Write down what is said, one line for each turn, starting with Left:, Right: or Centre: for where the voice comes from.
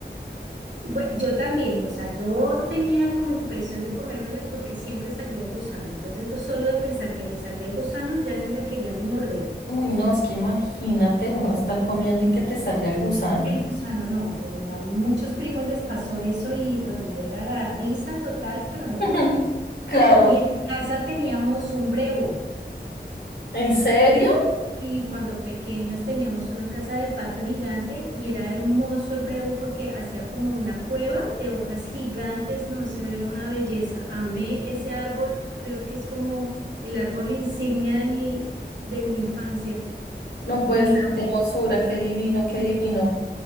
Right: Bue- yo también, o sea, yo tenía como impresión de comérmelas porque siempre salía el gusano. Entonces, yo solo de pensar que me salía el gusano, ya ni la quería ni morder.
Left: Uy, no, es que imagínate uno
Right: Mm.
Left: estar comiendo y que te salga el gusano.
Right: El gusano, no, Dios mío, a muchos primos les pasó eso y bueno, era la risa total, pero no
Left: <laughs>
Right: guácala.
Left: Claro,
Right: Y en casa teníamos un brevo.
Left: ¿en serio?
Right: Y cuando pequeños teníamos una casa de patio gigante y era hermoso el brevo porque hacía como una cueva de hojas gigantes, no, eso era una belleza. Amé ese árbol, creo que es como el árbol insignia de mi, de mi infancia.
Left: No puede
Right: Y mi
Left: ser,
Right: mamá,
Left: qué hermosura, qué divino, qué
Right: sí-
Left: divino.